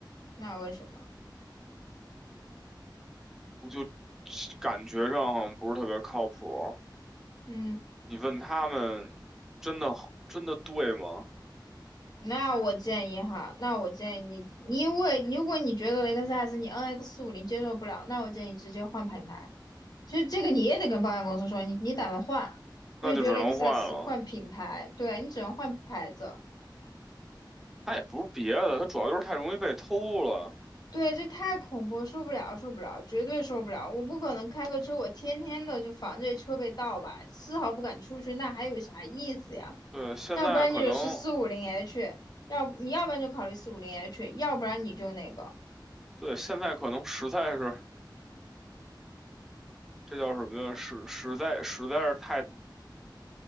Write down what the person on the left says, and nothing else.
那为什么？
嗯，
那我建议哈，那我建议你，你因为如果你觉得雷克萨斯你 NX 五零接受不了，那我建议直接换品牌。其实这个你也得跟保险公司说，你你打算换，因为觉得雷克萨斯换品牌，
对啊你只能换牌子。
对，这太恐怖，受不了，受不了，绝对受不了！我不可能开个车，我天天的就防这车被盗吧，丝毫不敢出去，那还有啥意思呀？
要不然你就是四五零 H，要你要不然就考虑四五零 H，要不然你就那个，